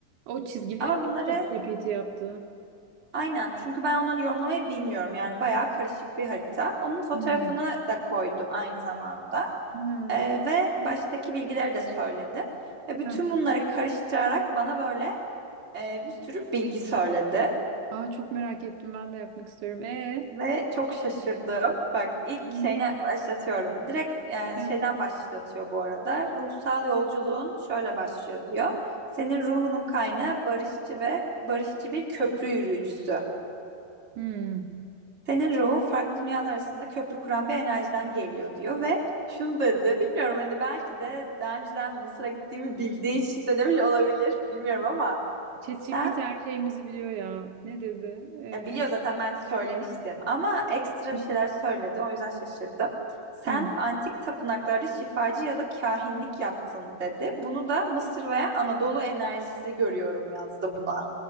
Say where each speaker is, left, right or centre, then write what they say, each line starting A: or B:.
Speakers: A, on the right; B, on the right.
A: O çizgileri
B: Ama bunları
A: mi ChatGPT yaptı?
B: aynen çünkü ben onları yorumlamayı bilmiyorum. Yani bayağı karışık bir harita. Onun fotoğrafını
A: Hı.
B: da koydum aynı zamanda.
A: Ha.
B: E, ve baştaki bilgileri de söyledim. Ve bütün
A: Ha.
B: bunları karıştırarak bana böyle e, bir sürü bilgi söyledi.
A: Aa, çok merak ettim. Ben de yapmak istiyorum. E
B: Ve çok şaşırdım. Bak ilk
A: ne?
B: şeyine başlatıyorum. Direkt yani
A: Hı.
B: şeyden başlatıyor bu arada. Ruhsal yolculuğun şöyle başlıyor diyor. Senin ruhunun kaynağı barışçı ve barışçı bir köprü yürüyücüsü.
A: Hmm.
B: Senin ruhun farklı dünyalar arasında köprü kuran bir enerjiden geliyor diyor ve şunu dedi. Bilmiyorum hani belki de daha önceden Mısır'a gittiğimi bildiği için de demiş olabilir. Bilmiyorum ama
A: ChatGPT
B: sen
A: her şeyimizi biliyor ya. Ne dedi? Ee,
B: Ya biliyor zaten ben söylemiştim ama ekstra bir
A: <laughs>
B: şeyler söyledi o yüzden şaşırdım. Sen
A: hmm.
B: antik tapınaklarda şifacı ya da kahinlik yaptın dedi. Bunu da Mısır veya Anadolu enerjisi görüyorum yazdı buna.